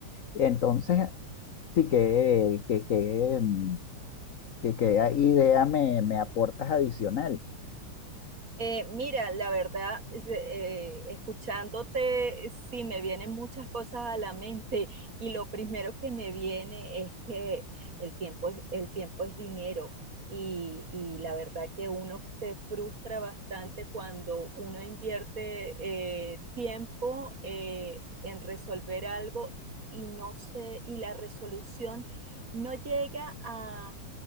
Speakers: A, on the left (about 60°); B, on the right (about 40°).
A: Entonces, Sí, que, que, que, mm, que, que a- idea me, me aportas adicional.
B: Eh, mira, la verdad, es, eh, escuchándote, sí me vienen muchas cosas a la mente y lo primero que me viene es que el tiempo es, el tiempo es dinero y, y la verdad que uno se frustra bastante cuando uno invierte eh, tiempo eh, en resolver algo y no se, y la resolución no llega a,